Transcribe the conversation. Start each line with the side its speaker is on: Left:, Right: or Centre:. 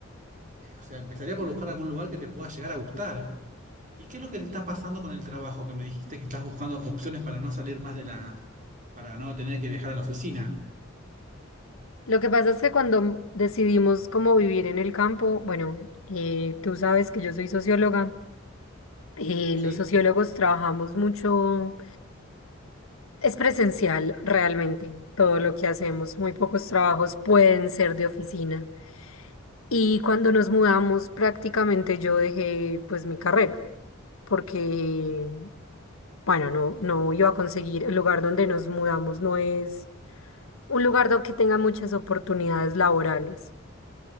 Right: eh, o sea, empezaría por buscar algún lugar que te pueda llegar a gustar. ¿Y qué es lo que te está pasando con el trabajo? Que me dijiste que estás buscando opciones para no salir más de la, para no tener que viajar a la oficina,
Left: Lo que pasa es que cuando decidimos cómo vivir en el campo, bueno, eh, tú sabes que yo soy socióloga. eh,
Right: ¿sí?
Left: los sociólogos trabajamos mucho Es presencial realmente todo lo que hacemos. Muy pocos trabajos pueden ser de oficina. Y cuando nos mudamos, prácticamente yo dejé pues mi carrera, porque, bueno, no, no iba a conseguir el lugar donde nos mudamos, no es un lugar donde que tenga muchas oportunidades laborales.